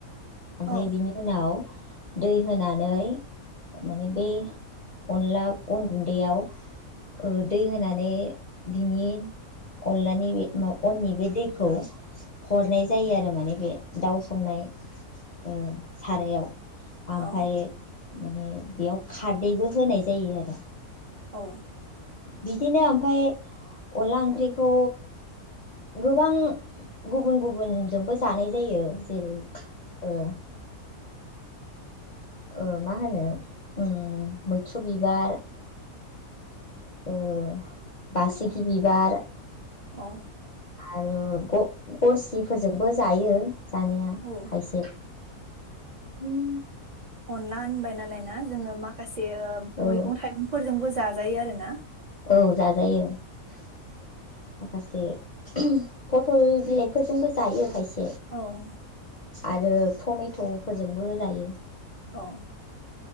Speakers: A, on the left (about 55°); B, on the right (about 75°).
A: ओमफाय
B: औ
A: बिनि उनाव दै होनानै माने बे अनला अन गुन्दैयाव ओ दै होनानै बिनि अनलानि बे मा अननि बे दैखौ हरनाय जायो आरो माने बे दाउ संनाय ओ सारायाव
B: अ
A: आमफाय माने बेयाव खारदैबो होनाय जायो आरो
B: औ
A: बिदिनो ओमफाय अनला ओंख्रिखौ गोबां गुबुन गुबुनजोंबो जानाय जायो जेरै ओ ओ मा होनो उम मैथ्रु बिबार, ओ बासिखि बिबार,
B: औ।
A: आरो गरसिफोरजोंबो जायो। जानाया
B: औ
A: खायसे उम।
B: अनला होनबाय नालाय ना जोङो माखासे
A: औ
B: मैगं थाइगंफोरजोंबो जाजायो आरो ना।
A: औ जाजायो। माखासे पथल बिलाइफोरजोंबो जायो खायसे
B: औ।
A: आरो टमेट'फोरजोंबो जायो।
B: अ।